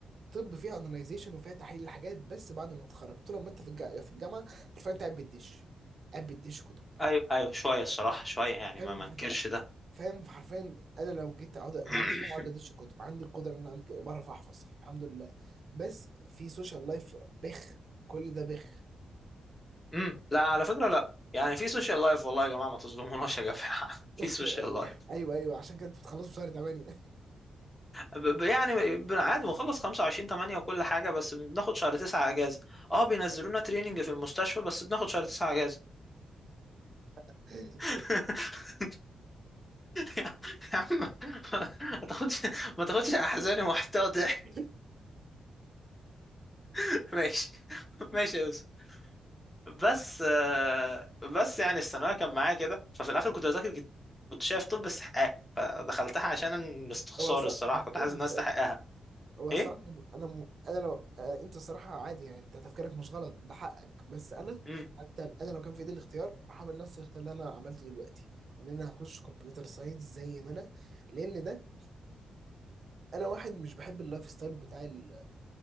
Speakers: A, on the right (about 60°); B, on the left (about 15°).
A: طب فيها اناليزيشن وفيها تحليل الحاجات بس بعد ما اتخرجت طول ما انت في الجامعه في الجامعه حرفيا انت قاعد بتدش قاعد بتدش كتب
B: ايوه ايوه شويه الصراحه شويه يعني
A: فاهم
B: ما منكرش
A: فأنت-
B: ده
A: فاهم حرفيا انا لو جيت اقعد
B: <coughs>
A: ما عنديش انا اقعد ادش
B: <clears throat>
A: كتب عندي القدره ان انا أعمل كده وبعرف احفظ الحمد لله بس في سوشيال لايف بخ كل ده بخ
B: امم لا على فكره لا يعني في سوشيال لايف والله يا جماعه ما تظلموناش يا جماعه <laughs>
A: <laughs>
B: في سوشيال لايف
A: ايوه ايوه عشان كده انت بتخلص في شهر 8
B: ب- ب- يعني ب- عادي بنخلص 25 8 وكل حاجه بس بناخد شهر 9 اجازه اه بينزلونا تريننج في المستشفى بس بناخد شهر 9 اجازه
A: <laughs>
B: <laughs> يا عم ما تاخدش ما تاخدش احزاني ومحتوى ضحك
A: <laughs>
B: <laughs> ماشي ماشي يا يوسف بس آه، بس يعني الثانويه كان معايا كده ففي الاخر كنت بذاكر كت- كنت شايف طب استحقاق فدخلتها عشان استخسار
A: هو صح
B: الصراحه
A: تفكيرك
B: كنت حاسس ان انا استحقها
A: هو الصراحة
B: ايه
A: يعني أنا م... أنا لو آه أنت الصراحة عادي يعني أنت تفكيرك مش غلط ده حقك بس أنا
B: مم.
A: حتى أنا لو كان في إيدي الاختيار هعمل نفس الاختيار اللي أنا عملته دلوقتي إن أنا هخش كمبيوتر ساينس زي ما أنا لأن ده أنا واحد مش بحب اللايف ستايل بتاع ال-